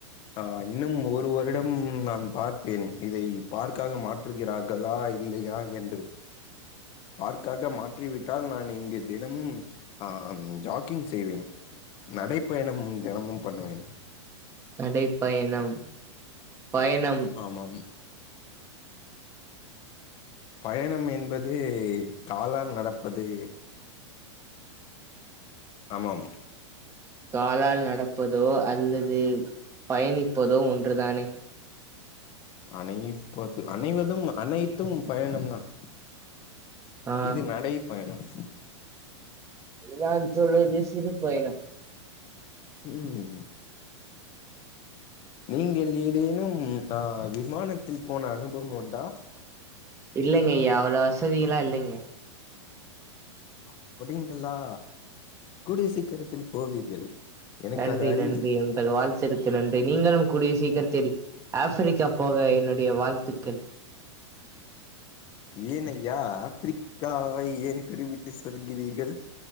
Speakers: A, on the left; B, on the right.
A: ஆஹ் இன்னும் ஒரு வருடம் நான் பார்ப்பேன் இதை பார்க்காக மாற் றுகிறார்களா இல்லையா என்று பார்க்காக மாற்றிவிட்டால் நான் இங்கு தினமும் ஆ ஜாக்கிங் செய்வேன் நடைப்பயணம் தினமும் பண்ணுவேன்
B: நடைப்பயணம் பயணம்
A: ஆமாம் பயணம் என்பது காலால் நடப்பது ஆமாம்
B: காலால் நடப்பதோ அல்லது பயணிப்பதோ ஒன்றுதானே
A: அனைப்பது அனைவதும் அனைத்தும் பயணம் தான்
B: ஆ
A: இது நடை பயணம்
B: இ நான் சொல்வது சிறு பயணம்
A: உம் நீங்கள் ஏதேனும் அ விமானத்தில் போன அனுபவம் உண்டா
B: இல்லைங்க ஐயா அவ்ளோ வசதிகள்லா இல்லைங்க
A: அப்புடீங்களா கூடிய சீக்கரத்தில் போவீர்கள் எனக்கு
B: நன்றி
A: அது அறியும்
B: நன்றி உங்கள் வாழ்த்திற்கு நன்றி நீங்களும் கூடிய சீக்கிரத்தில் ஆஃப்பிரிக்கா போக என்னுடைய வாழ்த்துக்கள்
A: ஏன் அய்யா ஆஃப்ரிக்காவை ஏன் குறிபிட்டு சொல்கிறீர்கள்